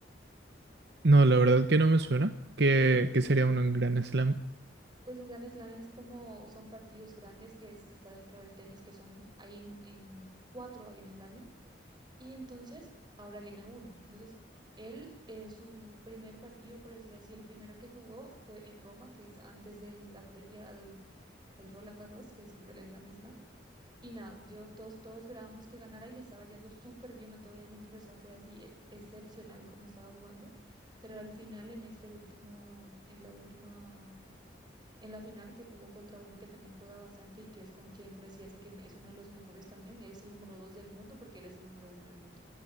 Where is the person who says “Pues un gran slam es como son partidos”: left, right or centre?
Right